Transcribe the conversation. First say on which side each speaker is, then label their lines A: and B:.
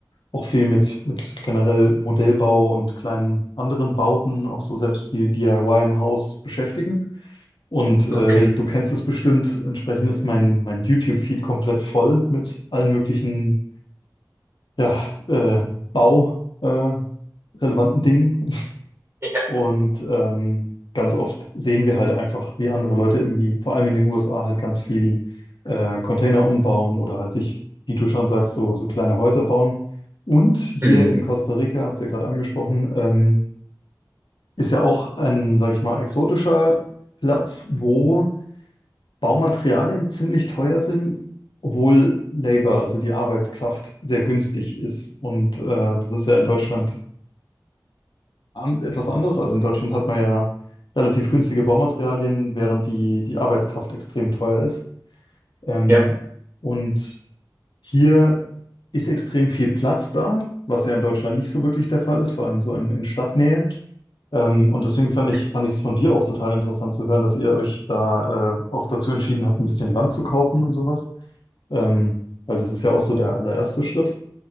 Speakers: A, on the left; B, on the right.
A: auch viel mit, mit generell Modellbau und kleinen anderen Bauten, auch so selbst viel DIY im Haus beschäftigen. Und äh,
B: Okay.
A: ich- du kennst es bestimmt, entsprechend ist mein, mein YouTube-Feed komplett voll mit allen möglichen ja, äh, Bau, äh, relevanten Dingen.
B: Ja.
A: Und ähm, ganz oft sehen wir halt einfach, wie andere Leute irgendwie, vor allem in den USA, halt ganz viel äh, Container umbauen oder halt sich, wie du schon sagst, so, so kleine Häuser bauen. Und hier
B: Mhm.
A: in Costa Rica, hast du ja gerade angesprochen, ähm, ist ja auch ein, sag ich mal, exotischer Platz, wo Baumaterialien ziemlich teuer sind, obwohl Labor, also die Arbeitskraft, sehr günstig ist. Und äh, das ist ja in Deutschland an, etwas anders. Also in Deutschland hat man ja relativ günstige Baumaterialien, während die, die Arbeitskraft extrem teuer ist. Ähm,
B: Ja.
A: und hier ist extrem viel Platz da, was ja in Deutschland nicht so wirklich der Fall ist, vor allem so in, in Stadtnähe. Ähm, und deswegen fand ich,
B: Mhm.
A: fand ich es von dir auch total interessant zu hören, dass ihr euch da äh, auch dazu entschieden habt, ein bisschen Land zu kaufen und sowas. Ähm, weil das ist ja auch so der allererste Schritt.